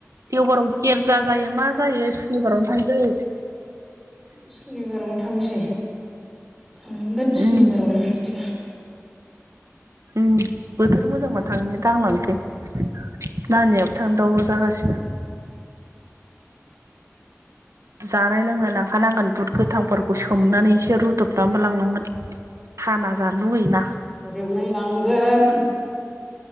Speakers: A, on the right (about 80°); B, in the centre.
A: देवबाराव गेरजा जायो मा जायो सुनिबारावनो थांसै।
B: सुनिबारावनो थांसै थांगोन
A: उम
B: सुनिबारावनो बिदिबा
A: उम बोथोर मोजांबा थांनो दांलांसै नानियाबो थांनो दाव राव जागासिनो। जानाय लोंनाय लांखानांगोन बुद गोथांफोर खौ सोमनानै एसे रुदबनानैबो लांनांगोन थाना जानो लुगैयोना।
B: बुद एवनाय लांगोन